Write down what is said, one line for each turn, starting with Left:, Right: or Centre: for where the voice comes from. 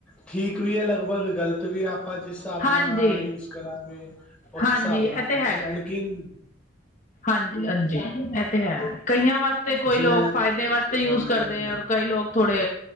Centre: ਠੀਕ ਵੀ ਐ ਲਗਭਗ ਗਲ ਗਲਤ ਵੀ ਆਪਾਂ ਜਿਸ ਹਿਸਾਬ
Left: ਹਾਂਜੀ
Centre: ਨਾਲ ਯੂਜ ਕਰਾਂਗੇ। ਉਸ
Left: ਹਾਂਜੀ
Centre: ਹਿਸਾਬ ਨਾਲ
Left: ਇਹ ਤੇ
Centre: ਆਂਏ
Left: ਹੈਗਾ
Centre: ਲੇਕਿਨ
Left: ਆ ਹਾਂਜੀ, ਹਾਂਜੀ ਇਹ ਤੇ ਹੈ। ਕਈਆਂ ਵਾਸਤੇ ਕੋਈ
Centre: ਜਿਵੇਂ
Left: ਲੋਕ ਫਾਇਦੇ ਵਾਸਤੇ ਯੂਜ
Centre: ਹਾਂਜੀ
Left: ਕਰਦੇ
Centre: ਹਾਂਜੀ
Left: ਆਰ ਕਈ ਲੋਕ ਥੋੜੇ